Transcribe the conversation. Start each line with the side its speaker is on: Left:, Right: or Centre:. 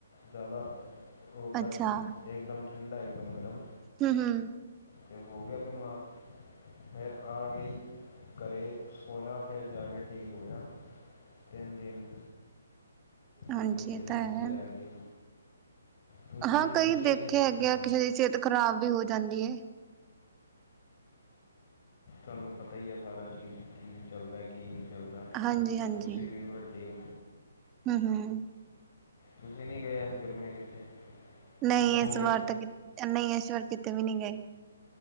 Left: ਜ਼ਿਆਦਾ ਉਹ ਕਰਕੇ
Right: ਅੱਛਾ
Left: ਇੱਕਦਮ ਠੰਡਾ, ਇੱਕਦਮ ਗਰਮ।
Right: ਹਮ ਹਮ।
Left: ਤੇ ਹੋ ਗਿਆ ਬਿਮਾਰ। ਫਿਰ ਆ ਗਈ ਘਰੇ ਸੋਇਆ ਫਿਰ ਜਾ ਕੇ ਠੀਕ ਹੋਇਆ। ਤਿੰਨ ਦਿਨ
Right: ਹਾਂਜੀ
Left: ਘੁੰਮਣ-ਫਿਰਨ
Right: ਇਹ ਤਾਂ
Left: ਨੀ 'ਚ
Right: ਹੈ
Left: ਰਹਿ ਗਏ। ਤੁਸੀ
Right: ਹਾਂ ਕਈ
Left: ਤੁਸੀ
Right: ਦੇਖੇ
Left: ਨਹੀ
Right: ਹੈਗੇ
Left: ਹਾਂ।
Right: ਆ ਕਿਸੇ ਦੀ ਸਿਹਤ ਖ਼ਰਾਬ ਵੀ ਹੋ ਜਾਂਦੀ ਹੈ
Left: ਹਮ ਪਤਾ ਹੀ ਏ ਚੀਜ਼ ਕੀ ਏ। ਚੱਲਦਾ ਕੀ ਨਹੀ ਚੱਲਦਾ
Right: ਹਾਂਜੀ ਹਾਂਜੀ
Left: ਤੁਸੀਂ ਵੀ ਵੱਡੇ ਹੋ।
Right: ਹਮ ਹਮ।
Left: ਤੁਸੀ ਨਹੀਂ ਗਏ ਐਸ ਗਰਮੀਆਂ ਕਿੱਥੇ।
Right: ਨਹੀਂ
Left: ਜਾਓਗੇ
Right: ਇਸ ਵਾਰ ਤਾਂ ਕਿਤੇ ਨਹੀਂ ਇਸ ਵਾਰ ਕਿਤੇ ਵੀ ਨਹੀਂ ਗਏ।